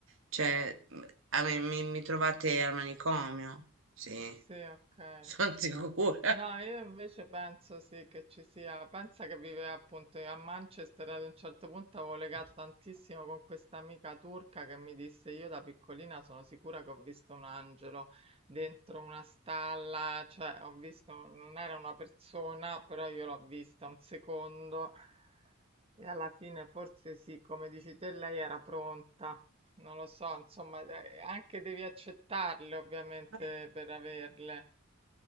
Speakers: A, on the right; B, on the right.
A: Cioè, m- a me, mi, mi trovate al manicomio? Sì,
B: sì, ok.
A: sono <laughs> sicura.
B: No, io invece penso sì che ci sia, pensa che viveva appunto a Manchester, ad un certo punto avevo legato tantissimo con questa amica turca che mi disse io da piccolina sono sicura che ho visto un angelo dentro una stalla, cioè ho visto, non era una persona, però io l'ho vista un secondo e alla fine forse sì, come dici te, lei era pronta. Non lo so, insomma, eh, anche devi accettarle ovviamente
A: Eh,
B: per averle.